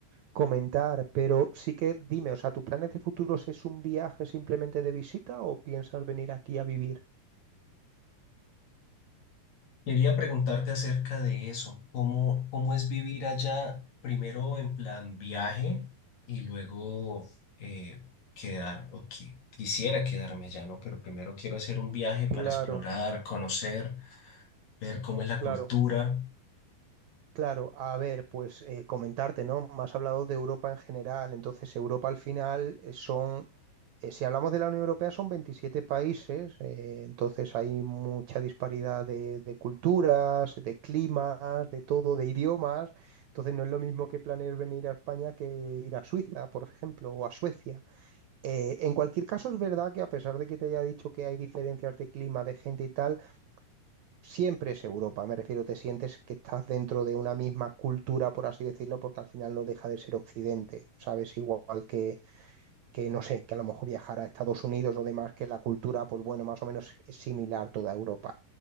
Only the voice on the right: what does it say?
comentar, pero sí que dime, o sea, ¿tus planes de futuros es un viaje simplemente de visita o piensas venir aquí a vivir?
Claro,
claro.
Claro, a ver, pues eh, comentarte, ¿no? Me has hablado de Europa en general, entonces Europa al final eh, son Eh, si hablamos de la Unión Europea, son 27 países, eh, entonces hay mucha disparidad de, de culturas, de climas, de todo, de idiomas. Entonces no es lo mismo que planees venir a España que ir a Suiza, por ejemplo, o a Suecia. Eh, en cualquier caso, es verdad que a pesar de que te haya dicho que hay diferencias de clima, de gente y tal, siempre es Europa. Me refiero, te sientes que estás dentro de una misma cultura, por así decirlo, porque al final no deja de ser Occidente, ¿sabes? Igual que que no sé, que a lo mejor viajar a Estados Unidos o demás, que la cultura, pues bueno, más o menos es similar toda Europa.